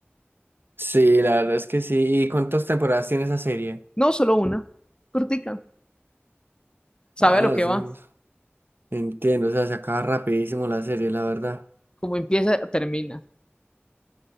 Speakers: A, on the right; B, on the left.
A: Sí, la verdad es que sí. ¿Y cuántas temporadas tiene esa serie?
B: No solo una, cortica. Sabe
A: Ah,
B: a lo que
A: es
B: va,
A: un- entiendo, o sea, se acaba rapidísimo la serie, la verdad.
B: como empieza, termina.